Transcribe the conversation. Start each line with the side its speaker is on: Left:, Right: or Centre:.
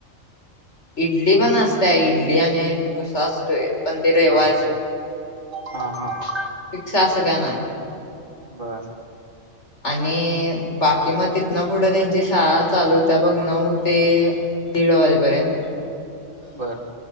Left: इडली पण असतेय इडली आणि डोसा असतोय पण ते रविवारच.
Right: हम हम हम <unintelligible>
Left: फिक्स अस का ना
Right: बर
Left: <unintelligible> आणि बाकी मग तिथ ना पुढं त्यांची शाळा चालू होत्या बघ नऊ ते. दीड वाजेपर्यंत
Right: बरं <unintelligible>